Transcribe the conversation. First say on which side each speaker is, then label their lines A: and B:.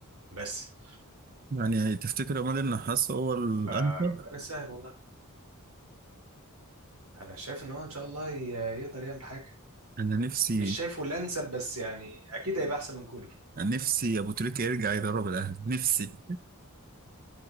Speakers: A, on the right (about 75°); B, on the right (about 40°).
A: بس
B: يعني تفتكر عماد النحاس هو الأنسب
A: فربنا يسهل والله انا شايف ان هو ان شاء الله ي- يقدر يعمل حاجة
B: أنا نفسي
A: مش شايفه الانسب بس يعني اكيد هيبقى احسن من كولر
B: نفسي ابو تريكة يرجع يدرب الاهلي نفسي